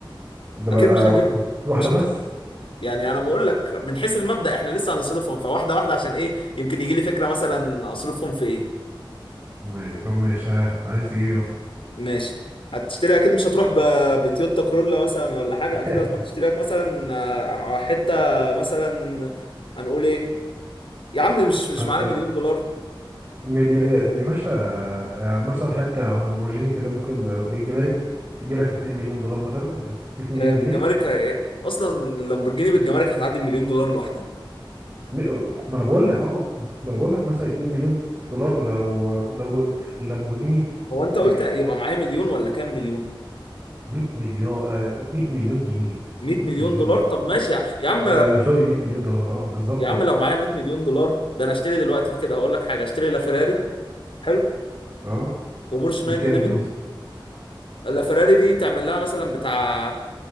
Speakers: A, on the right; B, on the left.
A: ده
B: اكيد
A: بقى
B: مش هتجيب
A: واحده
B: مش
A: بس
B: هت... يعني انا بقول لك من حيث المبدأ احنا لسه هنصرفهم فواحده واحده عشان ايه يمكن يجي لي فكره مثلا اصرفهم في ايه
A: ماشي طب ماشي ها، عايز تجيبي مثلا
B: ماشي هتشتري اكيد مش هتروح ب... بتويوتا كرولا مثلا ولا حاجه
A: <laughs>
B: اكيد هتروح تشتري لك مثلا آه، حته مثلا هنقول ايه يا عم مش مش
A: حتى
B: معانا مليون دولار
A: مليون يا يا باشا يا مثلا حتى لامبورجيني كده ممكن بالجمارك تجي لك 2 مليون دولار مثلا 100 مليون
B: هي
A: جنيه
B: بالجمارك هي- اصلا لامبورجيني بالجمارك هتعدي المليون دولار لوحدها
A: م- ما انا بقول لك اه ما انا بقول لك مثلا 2 مليون دولار لو لو اللامبورجيني
B: هو انت قلت
A: بالج-
B: يبقى معايا مليون ولا كام مليون
A: 100 مليون آه، 100 مليون جنيه
B: 100
A: 100
B: مليون
A: مليون
B: دولار
A: جنيه
B: طب ماشي يا يا عم
A: آه سوري 100 مليون دولار اه بالظبط
B: يا عم
A: اه
B: لو معايا 100 مليون دولار ده انا اشتري دلوقتي كده هقول لك حاجه اشتري لا فيراري حلو
A: اه
B: وبورش 911
A: دي بكام دي مثلا
B: لا فيراري دي تعمل لها مثلا بتاع